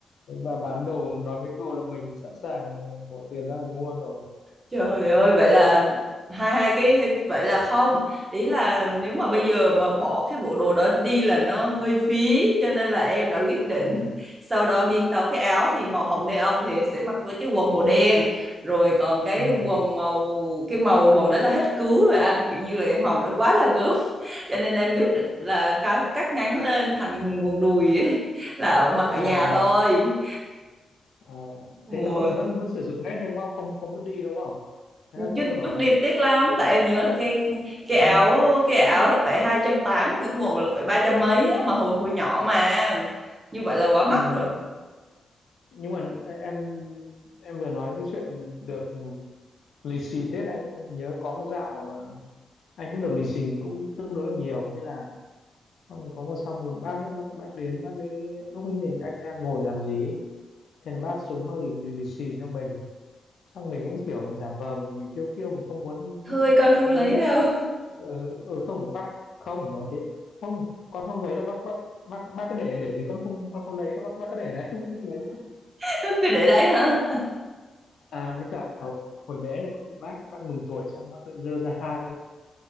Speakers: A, on the left; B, on the right.
A: mấy bà bán đồ nói mấy câu là mình sẵn sàng mình bỏ tiền ra mình mua rồi
B: Trời ơi,
A: nhân
B: vậy
A: nhân
B: là hai hai cái vậy là không. Ý là nếu mà bây giờ mà bỏ cái bộ đồ đó đi là nó hơi phí cho nên là em đã quyết
A: ừ,
B: định <laughs> sau đó biến tấu cái áo thì màu hồng neon thì sẽ mặc với cái quần màu đen. Rồi còn cái
A: ừ.
B: quần màu cái màu quần đấy là hết cứu rồi anh, kiểu như là cái màu nó quá là gớm. <laughs> Cho nên là em quyết định là cái cắt ngắn lên thành quần đùi ấy, <laughs> là ở mặc ở
A: À,
B: nhà thôi.
A: à,
B: Mùa
A: thế là vẫn vẫn vẫn sử dụng hết đúng không không không vứt đi đúng không thế là
B: chứ
A: tốt rồi
B: bước đi tiếc lắm tại em nhớ là cái cái
A: ừ.
B: áo cái áo
A: không
B: là phải hai trăm tám cái quần là phải ba trăm mấy á, mà hồi hồi nhỏ mà như vậy là quá mắc
A: ừ.
B: rồi
A: nhưng mà ờ, em em vừa nói cái chuyện được lì xì Tết anh anh nhớ có một dạo ờ, anh cũng được lì xì cũng tương đối là nhiều thế là xong rồi có một sau một bác nữa bác bác đến bác ấy lúc ấy thì anh đang ngồi làm gì ấy. thế là bác xuống bác lì, lì, lì xì cho mình xong mình cũng kiểu giả vờ mình, mình kêu kêu mình không muốn
B: thôi con không
A: không
B: lấy
A: muốn nhận
B: đâu
A: ấy. ừ, ừ không một bác không nói thế không con không lấy đâu bác bác bác bác cứ để để đấy con không con không lấy đâu bác bác cứ để đấy <laughs> con không lấy
B: <laughs> cứ để đấy hả
A: À, với cả hồi hồi bé là có một bác bác mừng tuổi xong bác cứ dơ ra hai